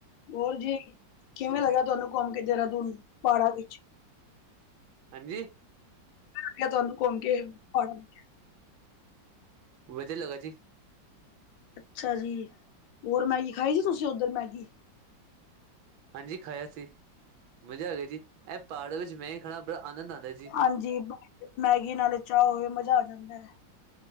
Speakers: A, on the left; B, on the right.
A: ਹੋਰ ਜੀ ਕਿਵੇਂ ਲੱਗਿਆ ਤੁਹਾਨੂੰ। ਘੁੰਮ ਕੇ ਦੇਹਰਾਦੂਨ ਪਹਾੜਾਂ ਵਿੱਚ।
B: ਹਾਂਜੀ।
A: ਫੇ ਤੁਹਾਨੂੰ ਘੁੰਮਕੇ ਪਹਾੜਾਂ ਵਿੱਚ <unintelligible>
B: ਵਧੀਆ ਲੱਗਾ ਜੀ।
A: ਅੱਛਾ ਜੀ ਹੋਰ ਮੈਗੀ ਖਾਈ ਜੀ ਤੁਸੀਂ ਉੱਧਰ ਮੈਗੀ?
B: ਹਾਂਜੀ ਖਾਇਆ ਸੀ ਮਜ਼ਾ ਆ ਗਿਆ ਜੀ ਐ ਪਾੜ ਵਿੱਚ ਮੈਂ ਈ ਖਾਣਾ ਬੜਾ ਆਨੰਦ ਆਂਦਾ ਜੀ।
A: ਹਾਂਜੀ <unintelligible> ਮੈਗੀ ਨਾਲ ਚਾਹ ਹੋਵੇ ਮਜ਼ਾ ਆ ਜਾਂਦੈ।